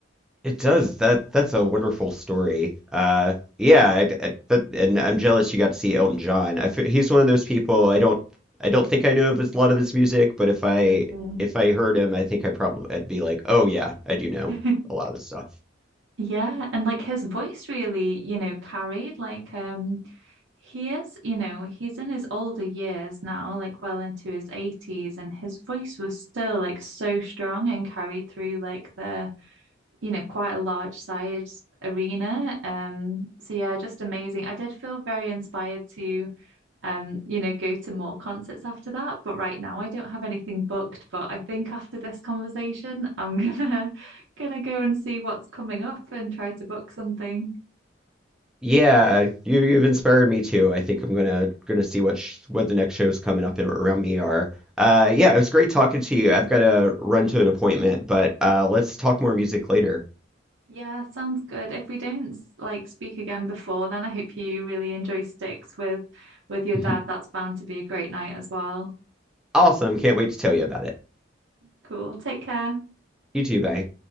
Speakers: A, in the centre; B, on the right (about 75°).
A: It does. That that's a wonderful story. Uh, yeah, I, I, that, and I'm jealous you got to see Elton John. I fe- he's one of those people I don't I don't think I know of his, a lot of his music, but if I
B: Mm.
A: if I heard him, I think I probably I'd be like, oh yeah, I do know
B: <laughs>
A: a lot of this stuff.
B: Yeah, and like his voice really, you know, carried like um he is, you know, he's in his older years now, like well into his 80s, and his voice was still like so strong and carried through like the, you know, quite a large sized arena. Um, so yeah, just amazing. I did feel very inspired to um, you know, go to more concerts after that. But right now I don't have anything booked. But I think after this conversation, I'm gonna <laughs> gonna go and see what's coming up and try to book something.
A: Yeah, you you've inspired me too. I think I'm gonna gonna see what sh what the next shows coming up ar- around me are. Uh, yeah, it was great talking to you. I've got to run to an appointment, but uh, let's talk more music later.
B: Yeah, sounds good. If we don't like speak again before, then I hope you really enjoy Sticks with with your
A: <laughs>
B: dad. That's bound to be a great night as well.
A: Awesome, can't wait to tell you about it.
B: Cool. Take care.
A: You too, bye.